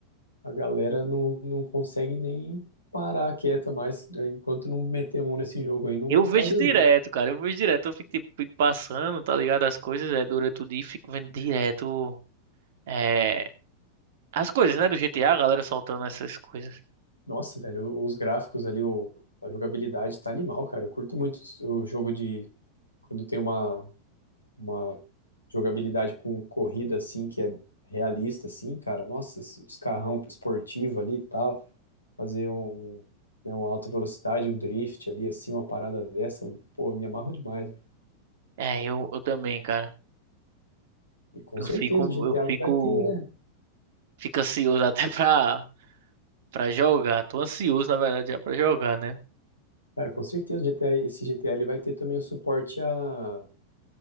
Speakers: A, on the left (about 80°); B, on the right (about 55°).
A: A galera não, não consegue nem parar quieta mais. né, Enquanto não meter a mão nesse jogo aí, não,
B: Eu
A: não
B: vejo
A: vai dormir.
B: direto, cara, eu vejo direto, eu fico, tipo, fico passando, tá ligado? As coisas, é, durante o dia, e fico vendo direto, é, as coisas, né, do GTA, a a galera soltando essas coisas.
A: Nossa, velho, os gráficos ali, o, a jogabilidade tá animal, cara. Eu curto muito o jogo de quando tem uma, uma jogabilidade com corrida assim, que é realista, assim, cara. Nossa, os os carrão esportivo ali e tal. Fazer um, né, uma alta velocidade, um drift ali, assim, uma parada dessa. eu, Pô, eu me amarro demais. velho.
B: É, eu, eu também, cara,
A: E com
B: eu
A: certeza
B: fico,
A: o GTA
B: eu fico,
A: vai ter, né?
B: fico ansioso <laughs> até pra, pra jogar, tô ansioso, na verdade, já pra jogar, né?
A: Cara, com certeza, GTA, esse G GTA ele vai ter também o suporte a